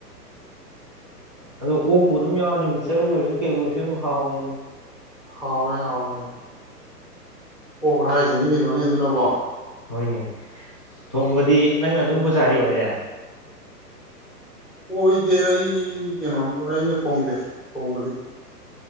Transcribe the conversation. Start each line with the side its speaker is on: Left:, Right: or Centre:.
Right: ꯑꯗꯣ ꯑꯣꯛꯄꯨ ꯑꯗꯨꯝ ꯌꯥꯎꯔꯗꯤ ꯃꯤꯛꯆꯔꯕꯨ ꯑꯣꯏꯔꯁꯨ ꯀꯩꯕꯨ ꯑꯣꯏꯔꯁꯨ ꯑꯗꯨꯝ ꯍꯥꯎꯕꯅꯤꯗ
Centre: ꯍꯧꯋꯦ ꯍꯧꯋꯦ ꯑꯣꯛ ꯍꯥꯏꯔꯤꯁꯤꯅꯤ ꯀꯩꯅꯣꯅꯦ ꯑꯗꯨꯅꯕꯣ
Right: ꯍꯣꯏꯅꯦ ꯊꯣꯡꯕꯗꯤ ꯅꯪꯅ ꯑꯗꯨꯝ ꯄꯨꯖꯥꯔꯤ ꯑꯣꯏꯔꯦ
Centre: ꯑꯣꯏꯗꯦ ꯑꯩ ꯀꯩꯅꯣ ꯑꯩꯅ ꯊꯣꯡꯗꯦ ꯊꯣꯡꯕꯗꯤ